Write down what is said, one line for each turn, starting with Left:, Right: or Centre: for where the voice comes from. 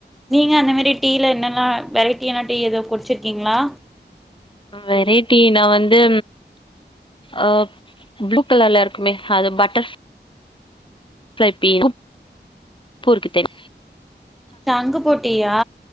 Centre: நீங்க அந்த மேரி டீல என்னல்லா வெரைட்டியான டீ ஏதோ குடிச்சிருக்கீங்களா
Left: வெரைட்டி நா வந்து ஆ ப்ளூ கலர்ல இருக்குமே அது பட்டர் ஃப்ரை பி குப் <inaudible> தெரி
Centre: சங்குப்பூ டீ யா